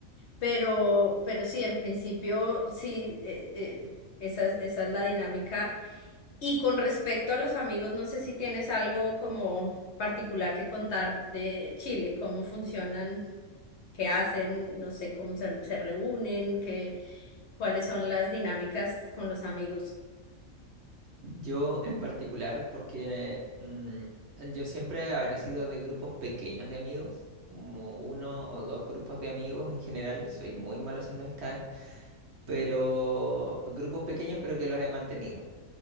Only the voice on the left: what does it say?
Pero, pero sí, en principio, sí, eh, eh, esa es, esa es la dinámica. Y con respecto a los amigos, no sé si tienes algo como particular que contar de Chile, cómo funcionan, qué hacen, no sé, cómo se, se reúnen, qué cuáles son las dinámicas con los amigos.